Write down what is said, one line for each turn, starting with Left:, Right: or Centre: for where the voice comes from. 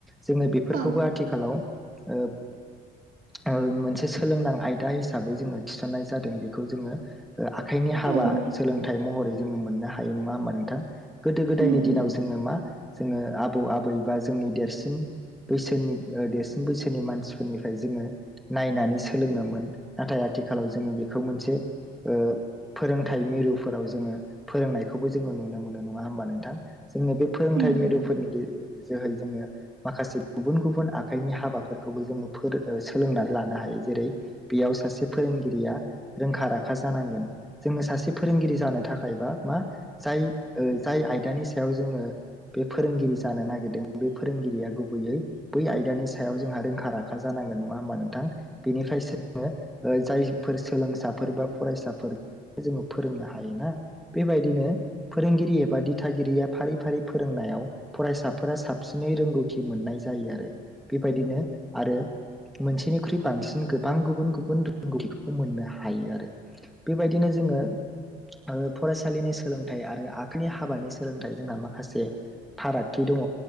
Centre: जोङो बेफोरखौबो
Right: औ
Centre: आथिखालाव ओ ओ मोनसे सोलोंनां आयदा हिसाबै जोङो थिसननाय जादों बेखौ जोङो आखाइनि हाबा
Right: औ उम
Centre: सोलोंथाइ महरै जोङो मोननो हायो नङा होमबा नोंथां गोदो
Right: उम
Centre: गोदायनि
Right: उम
Centre: दिनाव जोङो मा जोङो आबौ आबै बा जोंनि देरसिन बैसोरनि देरसिन बैसोनि मानसिफोरनिफ्राय जोङो नायनानै सोलोङोमोन नाथाय आथ आथिखालाव जोङो बेखौ मोनसे ओ फोरोंथाइ मिरुफोराव जोङो फोरोंनायखौबो जोङो नुनो मोनो नङा होमबा नोंथां जोंनो बे फोरोंथाइ
Right: उम
Centre: मेदुफोरनि गेजे जोहै जोङो माखासे गुबुन गुबुन आ आखाइनि हाबाफोरखौबो जोङो फोरों सोलोंनानै लानो हायो जेरै बेयाव सासे फोरोंगिरिया रोंखा राखा जानांगोन जोङो सासे फोरोंगिरि जानो थाखायबा मा जाय जाय आयदानि सायाव जोङो बे फोरोंगिरि जानो नागिरद बे फोरोंगिरिया गुबैयै आयदानि सायाव जोंहा रोंखा राखा जानांगोन नङा हबा नोंथां बेनिफ्रायसो जायफोर सोलोंसाफोर बा फरायसाफोर जोङो फोरोंनो हायोना बेबायदिनो फोरोंगिरि एबा दिथागिरिया फारि फारि फोरोंनाय नायाव फरायसाफोरा साबसिनै रोंगौथि मोननाय जायो आरो बेबायदिनो आरो मोनसेनिख्रुइ बांसिन गोबां गुबुन गुबुन रोंगौथिबो मोननो हायो आरो बेबायदिनो जों जोङो ओ फरायसालिनि सोलोंथाइ आरो आखाइनि हाबानि सोलोंथाइ जोंहा माखासे फाराग थि दङ